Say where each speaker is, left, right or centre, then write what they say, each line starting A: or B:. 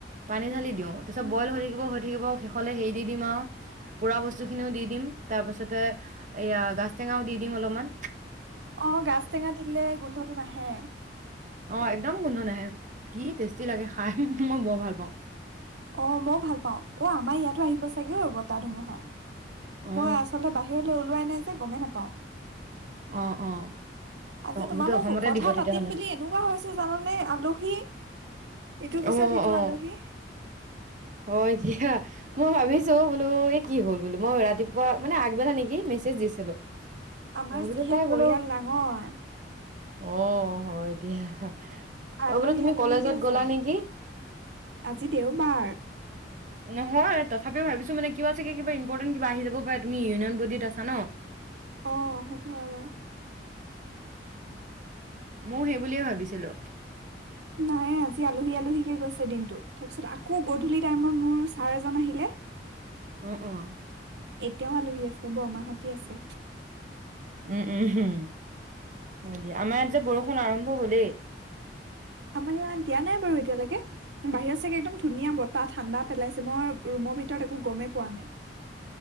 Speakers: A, on the right; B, on the right.
A: পানী ঢালি দিওঁ। তাৰপিছত
B: উম
A: ব্ৰইল হৈ থাকিব হৈ থাকিব, শেষলে হেৰি দি দিম আৰু পোৰা বস্তুখিনিও দি দিম। তাৰ পিছতে এয়া গাজ টেঙাও দি দিম অলপমান।
B: অ গাজ টেঙা দিলে গোন্ধটো নাহে।
A: অ একদম গোন্ধ নাহে, কি টেষ্টি লাগে খাই। মই বৰ ভাল পাওঁ।
B: অ মই ভাল পাওঁ। অ আমাৰ ইয়াতো আহিব চাগে অ, বতাহ ধুমুহা।
A: অ
B: মই আচলতে বাহিৰলৈ ওলোৱাই নাই যে। গমেই নাপাওঁ।
A: অ অ
B: আজি তোমালৈ
A: গোটেই অসমতে
B: কথা
A: দিব তেতিয়াহ'লে
B: পাতিম বুলি এনেকুৱা হৈছে জানানে আলহী, ইটোৰ পিছত
A: অ
B: সিটো
A: অ
B: আলহী।
A: হয় দিয়া। মই ভাবিছো বোলো, এই কি হ'ল বোলো, মই ৰাতিপুৱা মানে আগবেলা নেকি মেছেজ দিছিলো।
B: আমাৰ
A: মই বোলো
B: যিহে
A: তাই
B: পৰিয়াল
A: বোলো
B: ডাঙৰ।
A: অ, হয় দিয়া।
B: আলহী
A: মই বোলো তুমি
B: আলহীকে
A: কলেজত গ'লা
B: যায়।
A: নেকি?
B: আজি দেওবাৰ।
A: নহয় তথাপিও ভাবিছো মানে কিবা চাগে কিবা ইম্পৰ্টেণ্ট কিবা আহি যাব পাৰে। তুমি ইউনিয়ন বডিত আছা ন?
B: আহ, সেইটো হয় বাৰু।
A: মইয়ো সেই বুলিয়ে ভাবিছিলো।
B: নাই আজি আলহী আলহীকে গৈছে দিনটো। তাৰপিছত আকৌ গধূলি টাইমত মোৰ ছাৰ এজন আহিলে।
A: উম, উম।
B: এতিয়াও আলহী আছে, বৰমাহতি আছে।
A: উম', উম, উম। দিয়া আমাৰ ইয়াত যে বৰষুণ আৰম্ভ হলেই।
B: আমাৰ ইয়াত দিয়া নাই বাৰু এতিয়ালৈকে, বাহিৰত চাগে একদম ধুনীয়া বতাহ, ঠাণ্ডা পেলাইছে। মই ৰুমৰ ভিতৰত একো গমেই পোৱা নাই।